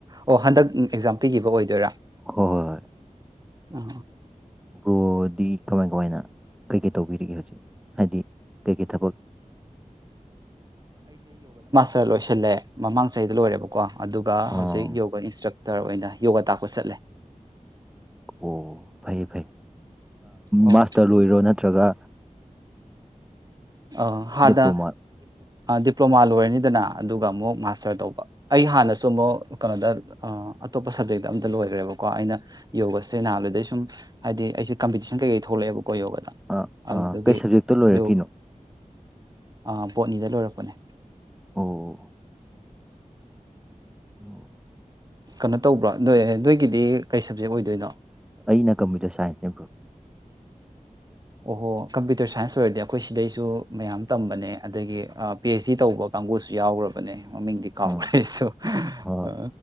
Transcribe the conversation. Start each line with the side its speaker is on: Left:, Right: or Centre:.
Right: ꯑꯣ ꯍꯟꯗꯛ ꯑꯦꯛꯖꯥꯝ ꯄꯤꯈꯤꯕ ꯑꯣꯏꯗꯣꯏꯔꯥ
Centre: ꯍꯣꯏ ꯍꯣꯏ ꯍꯣꯏ
Right: ꯑ
Centre: ꯭ꯕꯔꯣꯗꯤ ꯀꯃꯥꯏ ꯀꯃꯥꯏꯅ ꯀꯩꯀꯩ ꯇꯧꯕꯤꯔꯤꯒꯦ ꯍꯧꯖꯤꯛ ꯍꯥꯏꯗꯤ ꯀꯩꯀꯩ ꯊꯕꯛ
Right: ꯔ ꯂꯣꯏꯁꯤꯜꯂꯦ ꯃꯃꯥꯡ ꯆꯍꯤꯗ ꯂꯣꯏꯔꯦꯕꯀꯣ ꯑꯗꯨꯒ
Centre: ꯑꯣ
Right: ꯍꯧꯖꯤꯛ ꯌꯣꯒ ꯏꯟꯁꯇ꯭ꯔꯛꯇꯔ ꯑꯣꯏꯅ ꯌꯣꯒꯥ ꯇꯥꯛꯄ ꯆꯠꯂꯦ
Centre: ꯑꯣ ꯐꯩ ꯐꯩ
Right: ꯑꯣ
Centre: ꯃꯥꯁꯇꯔ ꯂꯣꯏꯔꯣ ꯅꯠꯇ꯭ꯔꯒ
Right: ꯑ ꯍꯥꯟꯅ
Centre: ꯗꯤꯄ꯭ꯂꯣꯃꯥ
Right: ꯗꯤꯄ꯭ꯂꯣꯃꯥ ꯂꯣꯏꯔꯅꯤꯗꯅ ꯑꯗꯨꯒ ꯑꯃꯨꯛ ꯃꯥꯁꯇꯔ ꯇꯧꯕ ꯑꯩ ꯍꯥꯟꯅꯁꯨ ꯑꯃꯨꯛ ꯀꯩꯅꯣꯗ ꯑꯇꯣꯞꯄ ꯁꯕꯖꯦꯛꯇ ꯑꯝꯇ ꯂꯣꯏꯈ꯭ꯔꯦꯕꯀꯣ ꯑꯩꯅ ꯌꯣꯒꯁꯦꯍꯥꯟ ꯑꯗꯨꯗꯩ ꯁꯨꯝ ꯍꯥꯏꯗꯤ ꯑꯩꯁꯦ ꯀꯝꯄꯤꯇꯤꯁꯟ ꯀꯩꯀꯩ ꯊꯣꯛꯂꯛꯑꯦꯕ ꯀꯣ ꯌꯣꯒꯗ
Centre: ꯑꯥ
Right: ꯑꯗꯨꯗꯒꯤ
Centre: ꯑꯥ ꯀꯩ ꯁꯕꯖꯦꯛꯇ ꯂꯣꯏꯔꯛꯈꯤꯅꯣ
Right: ꯌ ꯑꯥ ꯕꯣꯠꯅꯤꯗ ꯂꯣꯏꯔꯛꯄꯅꯦ
Centre: ꯑꯣ ꯏꯑꯣ
Right: ꯀꯩꯅꯣ ꯇꯧꯕ꯭ꯔꯥ ꯅꯣꯏ ꯅꯣꯏꯒꯤꯗꯤ ꯀꯩ ꯁꯕꯖꯦꯛ ꯑꯣꯏꯗꯣꯏꯅꯣ
Centre: ꯑꯩꯅ ꯀꯝꯄꯤ꯭ꯌꯨꯇꯔ ꯁꯥꯏꯟꯁ ꯅꯦ ꯕꯔꫭ
Right: ꯑꯣꯍꯣ ꯀꯝꯄꯤ꯭ꯌꯨꯇꯔ ꯁꯥꯏꯟꯁ ꯑꯣꯏꯔꯗꯤ ꯑꯩꯈꯣꯏ ꯁꯤꯗꯩꯁꯨ ꯃꯌꯥꯝ ꯇꯝꯕꯅꯦ ꯑꯗꯒꯤ ꯑ ꯄꯤ ꯑꯩꯁ ꯗꯤ ꯇꯧꯕ ꯀꯥꯡꯕꯨꯁꯨ ꯌꯥꯎꯒ꯭ꯔꯕꯅꯦ ꯃꯃꯤꯡꯗꯤ ꯀꯥꯎꯈ꯭ꯔꯦ
Centre: ꯑꯥ
Right: ꯑꯩꯁꯨ
Centre: ꯍꯣꯏ
Right: ꯑ